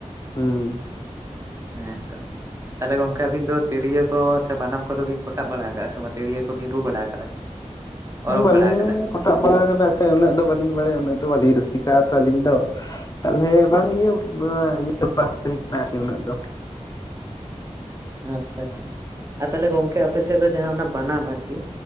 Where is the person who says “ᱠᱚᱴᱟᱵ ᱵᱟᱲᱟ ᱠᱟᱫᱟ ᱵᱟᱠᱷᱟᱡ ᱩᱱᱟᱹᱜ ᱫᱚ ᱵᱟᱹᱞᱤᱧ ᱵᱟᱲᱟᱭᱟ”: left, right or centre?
Left